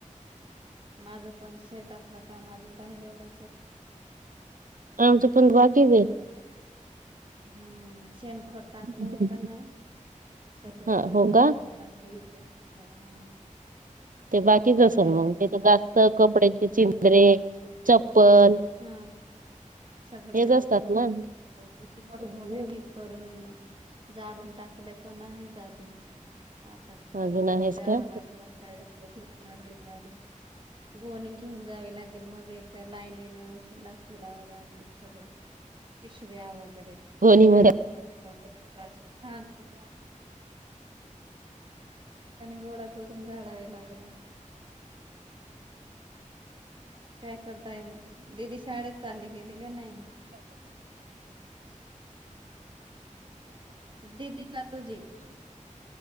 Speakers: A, on the right (about 40°); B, on the right (about 85°).
A: माझं पण शेतातलं काझं राहिलेलं श <inaudible>
B: आमच पण बाकीीवे <inaudible>
A: हम्म शेणखोट टाकलं
B: आहे
A: होत ना <inaudible> सगळ्या
B: हा
A: शेतात
B: हो का
A: कचरा देतोयगड हा <inaudible> ते
B: बाकीच
A: कपड्याच्या्या
B: असेल मग ते तर जास्त कपड्याचे चिंदरे
A: ह <inaudible>
B: चप्पल
A: हा सगळे
B: हेच असतात ना
A: <inaudible> कि मोठ मोठ करून जाडून टाकले पण आहेत अजून <inaudible> आता कधीतरी
B: अजून आहेस
A: जावं
B: का
A: लागेल. रविवारी गोणी घेऊन जावी लागेल मग ए लाईनेने उचला. चलावं लागेल सगळे पिशव्या वग
B: हो नि म
A: <unintelligible> आणि गोळा करून झाडावे लागण आता. काय करताय? दिदी शाळेत चालली गेली की नाही? दीदी का तुजी?